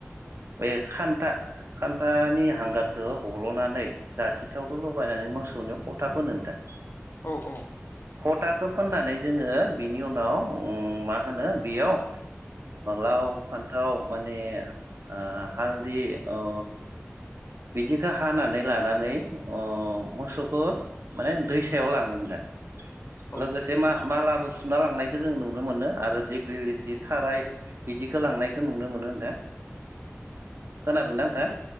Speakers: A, on the right; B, on the left.
A: बे खान्था खान्थानि हांगारखौ हल'नानै जाथि थावथ' लगायनानै मोसौनियाव फोथा फुननो नोंथां।
B: औ औ
A: फथाखौ फोननानै जोङो बिनि उनाव उम मा होनो बेयाव लाव फान्थाव माने ओ हालदि ओ बिदिखौ हानानै लानानै ओ मोसौखौ माने दैसायाव लाङो नोंथां
B: औ
A: लोगोसे मा मा लाबो सुना लांनायखौ जों नुनो मोनो आरो दिग्लिलिथि थाराय बिदिखौ लांनायखौ नुनो मोनो नोंथां खोनादोंना नोंथां।